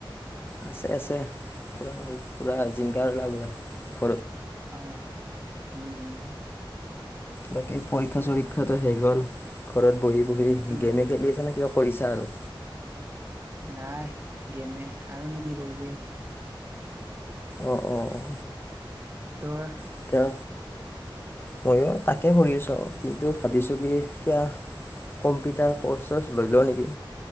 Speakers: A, on the left; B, on the right.
A: আছে আছে পুৰা পুৰা জিংগাৰলা পুৰা।
B: অ উম হম।
A: বাকী পৰীক্ষা চৰীক্ষাতটো শেষ হ'ল ঘৰত বহি বহি
B: উম,
A: গেমে খেলি আছা নে কিবা কৰিছা আৰু?
B: নাই গেমে আৰু নো কি কৰিবি!
A: অঁ অঁ অঁ।
B: তোৰ?
A: এতিয়া ময়ো তাকে কৰি আছো আও। কিন্তু ভাবিছো কি এতিয়া কম্পিউটাৰ ক'ৰ্চছ লৈ ল নেকি?